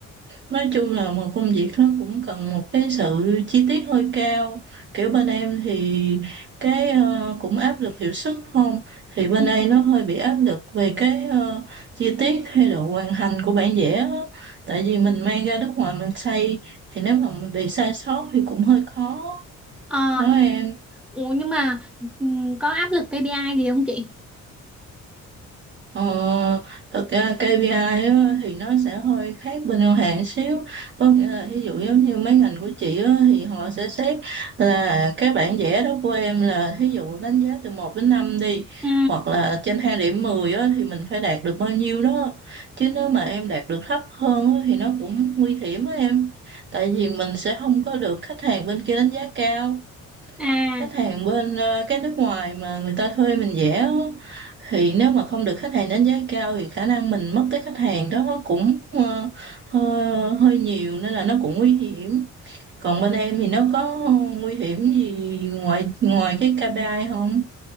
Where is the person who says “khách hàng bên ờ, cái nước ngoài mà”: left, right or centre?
Right